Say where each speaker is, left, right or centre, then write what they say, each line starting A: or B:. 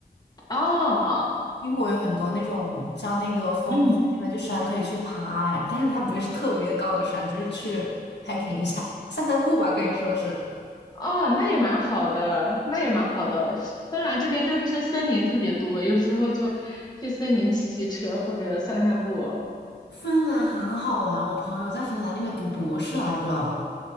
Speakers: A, on the left; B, on the left.
A: 哦。
B: 英国有很多那种像那个峰区那边就山可以去爬来，
A: 嗯，
B: 但是它不会是特别高的山，只是去 hiking 一下，散散步吧，可以说是。
A: 哦，那也蛮好的，那也蛮好的。是芬兰这边就是森林特别多，有时候就去森林骑骑车或者散散步。
B: 芬兰很好玩，我朋友在芬兰那边读博士来着。